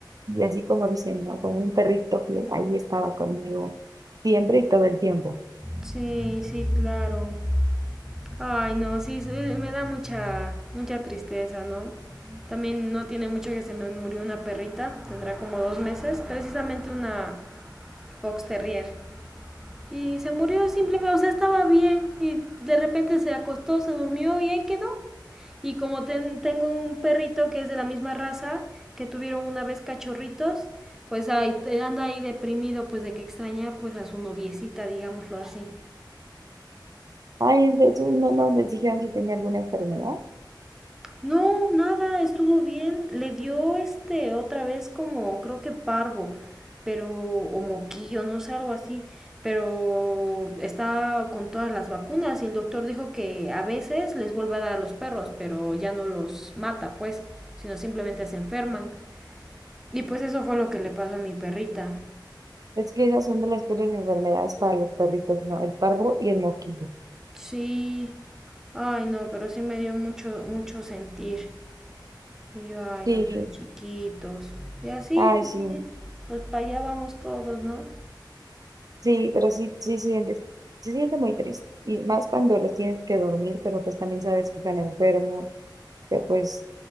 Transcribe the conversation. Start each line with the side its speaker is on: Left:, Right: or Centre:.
Right: y así como dicen, ¿no? Como un perrito fiel, ahí estaba conmigo siempre y todo el tiempo.
Centre: Sí, sí, claro. Ay, no, sí, sí, me da mucha, mucha tristeza, ¿no? También no tiene mucho que se me murió una perrita, tendrá como dos meses, precisamente una, Fox Terrier. Y se murió simplemente, o sea, estaba bien y de repente se acostó, se durmió y ahí quedó. Y como ten- tengo un perrito que es de la misma raza, que tuvieron una vez cachorritos, pues ahí eh, anda ahí deprimido pues de que extraña pues a su noviecita, digámoslo así.
Right: Ay, de hecho, no, no, les dijeron si tenía alguna enfermedad.
Centre: No, nada, estuvo bien. Le dio este otra vez como creo que parvo, pero o moquillo, no sé, algo así, pero está con todas las vacunas y el doctor dijo que a veces les vuelve a dar a los perros, pero ya no los mata, pues, sino simplemente se enferman. Y pues eso fue lo que le pasó a mi perrita.
Right: Es que esas son de las peores enfermedades para los perritos, ¿no? El parvo y el moquillo.
Centre: Sí. Ay, no, pero sí me dio mucho mucho sentir. Y yo, ay,
Right: Sí,
Centre: no tan chiquitos. Y así,
Right: ay, sí.
Centre: así, pues para allá vamos todos, ¿no?
Right: Sí, pero sí, sí se siente, se siente muy triste. Y más cuando los tienes que dormir, pero pues también sabes que están enfermos, que pues